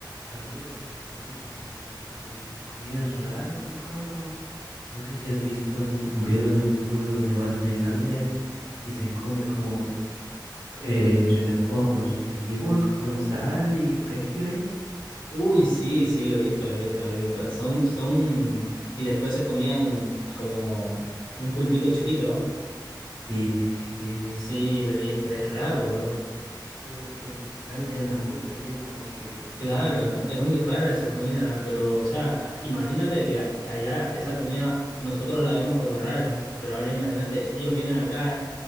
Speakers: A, on the right; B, on the left.
A: algunos, algunos, ¿cómo sería? Comidas raras que conozco. No sé si has visto un un video de un youtuber donde va a Tailandia y se come como eh, renacuajos vivos con sal y perejil ahí.
B: Uy, sí, sí, lo he visto, lo he visto, lo he visto. Son, son, y después se comían como un pulpito chiquito.
A: Sí, sí, sí, sí, sí.
B: Sí, lo he visto, es raro, bro.
A: Eh, Porque te salta en la boca y es como que, uy,
B: Claro,
A: no,
B: es, es muy rara esa comida, pero, o sea, a- imagínate que, que allá esa comida nosotros la vemos como rara, pero ahora imagínate, ellos vienen acá